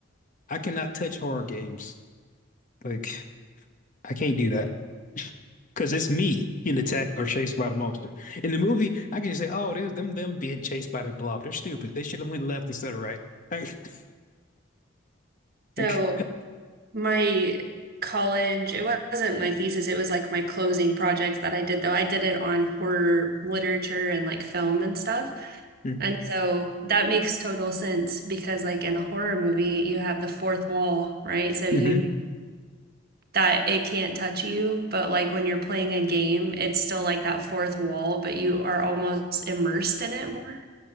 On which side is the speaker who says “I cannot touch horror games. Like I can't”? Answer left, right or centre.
Left